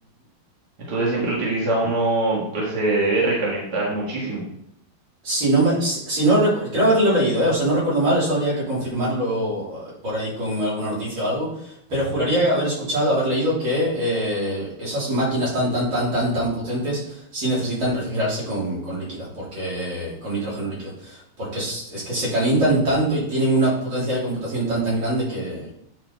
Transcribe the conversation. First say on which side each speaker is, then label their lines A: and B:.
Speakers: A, on the right (about 50°); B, on the right (about 75°).
A: Entonces siempre utiliza uno, pues se debe recalentar muchísimo.
B: Si no me, si, si no recu- creo haberlo leído, ¿eh? O sea, no recuerdo mal, esto habría que confirmarlo eh, por ahí con alguna noticia o algo, pero juraría haber escuchado, haber leído que eh, esas máquinas tan, tan, tan, tan, tan potentes sí necesitan refrigerarse con, con líquida, porque, con nitrógeno líquido, porque es, es que se calientan tanto y tienen una potencia de computación tan, tan grande que,